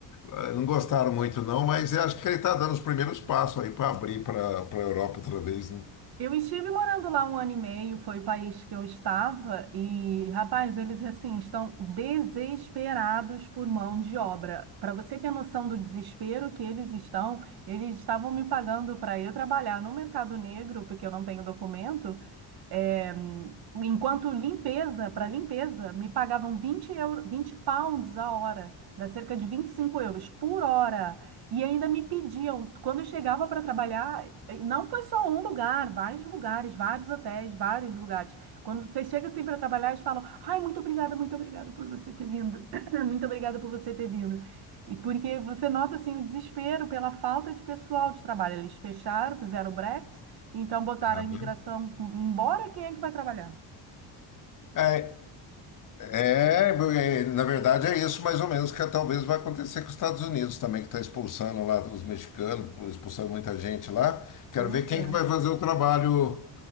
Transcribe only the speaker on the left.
eh, não gostaram muito, não, mas eu acho que ele está dando os primeiros passos aí para abrir para a Europa outra vez, né?
Ah,
né?
É, é, bo- é, na verdade é isso mais ou menos que talvez vai acontecer com os Estados Unidos também, que está expulsando lá os mexicanos, expulsando muita gente lá. Quero
ver quem
que vai fazer o trabalho,